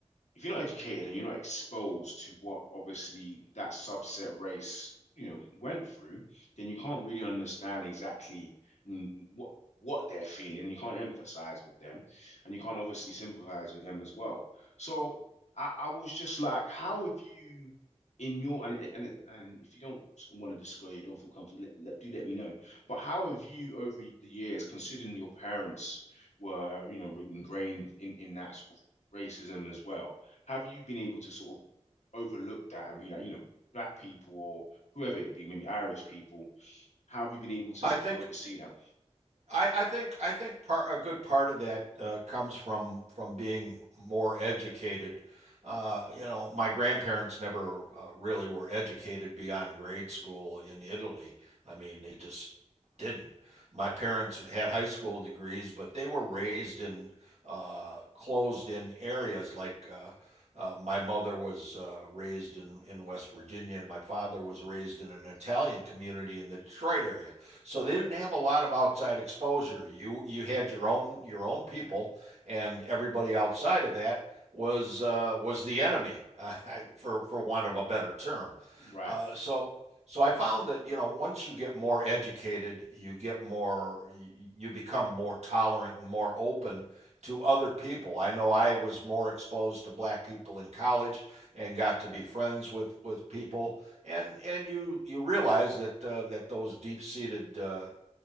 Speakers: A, on the left (about 75°); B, on the right (about 70°).
A: if you're not educated and you're not exposed to what obviously that subset race, you know, went through, then you can't really understand exactly mm, what what they're feeling. and You can't empathise with them, and you can't obviously sympathize with them as well. So I, I was just like, how have you? In your and and and if you don't want to disclose, you don't feel comfortable. Let, let, do let me know. But how have you over the years, considering your parents were, you know, ingrained in in that sort of racism as well have you been able to sort of overlook that and be like, you know, black people or whoever it be, maybe Irish people, how have you been able to
B: I
A: sort
B: think
A: of oversee that?
B: I, I think I think part a good part of that uh, comes from from being more educated. Uh, you know, my grandparents never uh, really were educated beyond grade school in Italy. I mean, they just didn't. My parents had high school degrees, but they were raised in uh, closed-in areas. Like uh, uh, my mother was uh, raised in in West Virginia, and my father was raised in an Italian community in the Detroit area. So they didn't
A: Yeah,
B: have a lot of outside exposure. You you had your own your own people, and everybody outside of that was uh, was the enemy, uh, <laughs> for for want of a better term.
A: right.
B: Uh, so so I found that you know once you get more educated, you get more you you become more tolerant and more open to other people. I know I was more exposed to black people in college and got to
A: Okay.
B: be friends with with people and and you you realize that uh, that those deep seated uh,